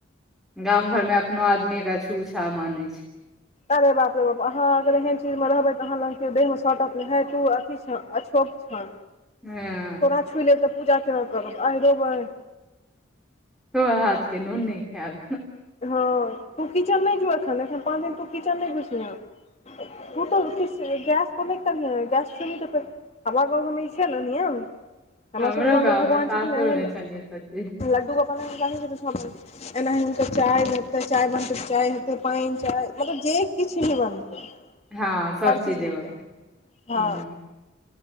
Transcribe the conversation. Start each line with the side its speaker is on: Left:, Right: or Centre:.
Centre: गामं घर में एखनो आदमी एकरा छू छा मानय छै
Left: अरे बाप रे बाप अहाँ अगर एहन चीज मऽ रहबै तऽ अहाँ लंग के देहमे शटत नहि है तू अथी छ अछो अच्छा
Centre: हँ
Left: तोरा छु लेब तऽ पूजा केना करब आहैंरौ बैह
Centre: तोरा हाथ कऽ नून नहि खायब
Left: हँ तू किचन नय जो एखन अखन पाँच दिन तू किचन नहि घुसयह ओ तो किछ गैस <unintelligible> नहि गैस छूबिही तऽ फेर हमरा गाँव घर मे ई छै नऽ नियम हमरा
Centre: हमरो
Left: सब के गांव
Centre: गाँव
Left: में भगवान
Centre: मे सासुर
Left: छथिन ने
Centre: मे छनि सब चीज
Left: <unintelligible> लड्डू गोपाल एना <unintelligible> तऽ चाय बनतै चाय बनतै तऽ चाय हेतै पानि चाय मतलब जे किछु भी बनतै
Centre: हँ सभ
Left: हर
Centre: चीज देबे
Left: हेतै
Centre: कऽ
Left: हँ
Centre: हू